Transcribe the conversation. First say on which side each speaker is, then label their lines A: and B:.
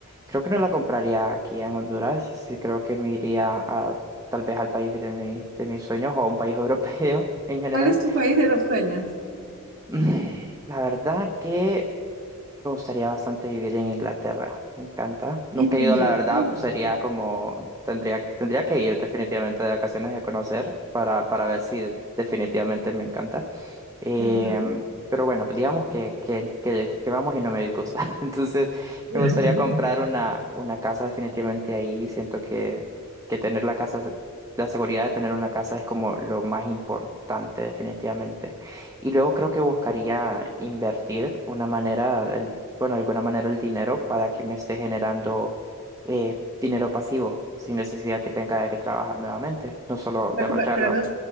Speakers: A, on the right; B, on the right.
A: Creo que no la compraría aquí en Honduras, sí creo que me iría a, tal vez al país de mi, de mis sueños o a un país europeo <laughs> en general.
B: ¿Cuál es tu país de los sueños?
A: Mm, La verdad que... Me gustaría bastante vivir en Inglaterra, me encanta. Nunca
B: Es miniatura.
A: he ido, la verdad, sería como, tendría, tendría que ir definitivamente de vacaciones y a conocer para, para ver si definitivamente me encanta. Em,
B: Ujú.
A: pero bueno, pues digamos que, que, que, que vamos y no me disgusta. <laughs> Entonces,
B: <laughs>
A: me gustaría comprar una, una casa definitivamente ahí. Siento que, que tener la casa, es- la seguridad de tener una casa es como lo más importante definitivamente. Y luego creo que buscaría invertir una manera, el- bueno, de alguna manera el dinero para que me esté generando eh, dinero pasivo, sin necesidad que tenga de que trabajar nuevamente, no solo derrocharlo.
B: Va a comprar- Pero no